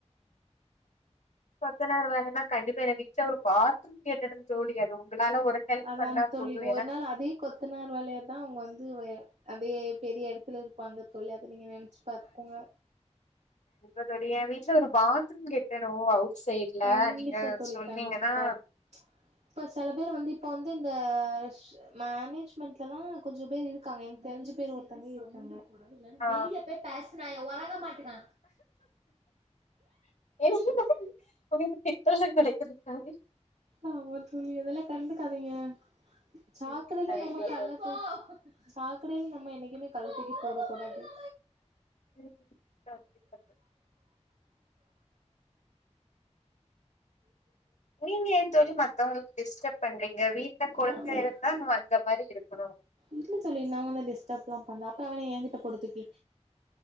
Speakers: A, on the left (about 85°); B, on the right (about 80°).
A: கொத்தனார் வேலன்னா கண்டிப்பா என்னை விக்ச ஒரு பாத்ரூம் கேட்டட தோழி அது உங்களால ஒரு ஹெல்ப்
B: அதான்
A: பண்ணா
B: தோழி
A: போது
B: ஒர் நாள் அதே கொத்தனார் வேலயதா அவுங் வந்து வே அந் வே பெரிய எடத்துல இருப்பாங்க தோழி அத நீங்க நெ னச் பாத்க்கோங்க
A: அதோடி எ வீட்ல ஒரு பாத்ரூம் கெட்டணு அவு செய்ட்ல
B: கண்டிப்பா
A: நீங்க
B: தோழி
A: சொன்னீங்கனா
B: கண்டிப்பா இப்ப செல பேர் வந்து இப்ப வந்து இந்த ஷ மேனேஜ் மண்ட்லதா கொஞ்சோ பேர் இருக்காங்க எனக் தெர்ஞ்ச பேரு ஒருத்தங்க இருக்காங்க
A: ஆ
B: வெளிய பேய் பேஸ்னாய ஒறங்க மாட்டுக்கா
A: என் னா ஒங்களுக்கு டிப்பரஷன் கெடைப்பதற்காக்வே
B: ஆமா தோழி அதெல்லா கண்டுக்காதீங்க சாக்கடைல
A: ம் கண்டிப்பா
B: நம்ம கல்ல
A: தோழி
B: தூக் சாக்கடைல நம்ம என்னக்குமே கல்லத் தூக்கி போடு தொடாதே <inaudible>
A: ம். கண்டிப்பா தோழி. நீங்க ஏன் தோழி மத்தவுங்ளுக்கு டிஸ்டப் பண்றீங்க வீட்ல கொலந்த
B: ஒறங்கு
A: இருந்தான்ம் மாரி இருக்குணு
B: இல்ல தோழி நாவன டிஸ்டர்ப்லா பண்ல அப்ப அவன என்கிட்ட போடு தூக்கி